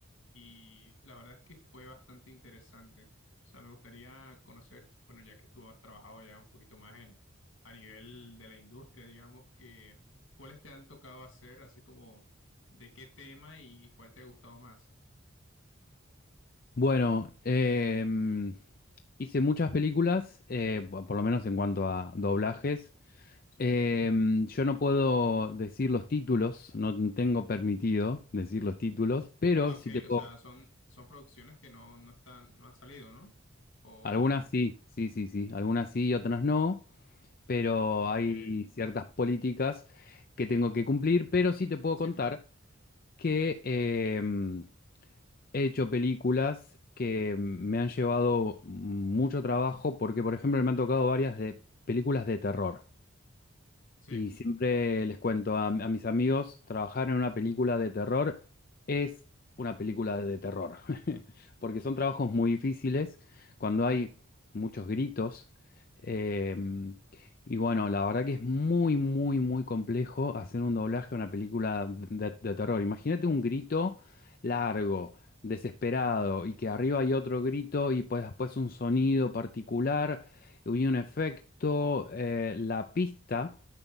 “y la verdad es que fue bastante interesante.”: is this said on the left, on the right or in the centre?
Left